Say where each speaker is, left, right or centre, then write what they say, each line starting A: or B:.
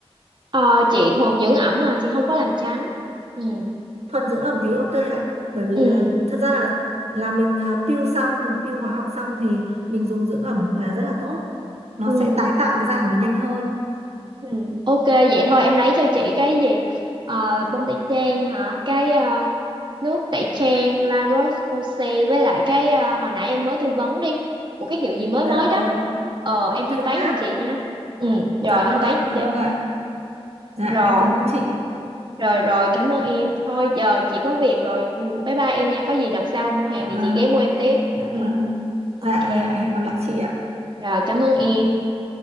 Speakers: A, on the right; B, on the right.
A: ờ chị thuần dưỡng ẩm mà chị không có làm trắng ừ
B: thuần dưỡng ẩm thì ok ạ bởi vì
A: ừ
B: là thật ra là là mình ờ, peel xong mình peel hóa học xong thì mình dùng dưỡng ẩm là rất là tốt nó
A: ừ
B: sẽ tái tạo cái da của mình nhanh hơn
A: ừ ok vậy thôi em lấy cho chị cái gì ờ bông tẩy trang hả cái ờ, nước tẩy trang La Roche-Posay với lại cái ờ, hồi nãy em mới tư vấn đi của cái hiệu gì mới mới
B: dạ
A: đó
B: vâng
A: ờ em thanh
B: Kiông
A: toán
B: Lab
A: giùm chị nha ừ rồi
B: dạ
A: thanh
B: vâng
A: toán
B: ạ
A: cho
B: dạ
A: chị
B: vâng ạ dạ
A: rồi
B: em cảm ơn chị
A: Rồi rồi, cảm ơn em. Thôi giờ chị có việc rồi. Ừ, Bye bye em nha. Có gì đợt sau mua hàng
B: dạ
A: thì
B: vâng
A: chị ghé mua em tiếp.
B: Dạ
A: Ừ,
B: vâng.
A: ok.
B: Dạ dạ
A: cả-
B: hẹn gặp lại chị ạ.
A: Rồi, cảm ơn em.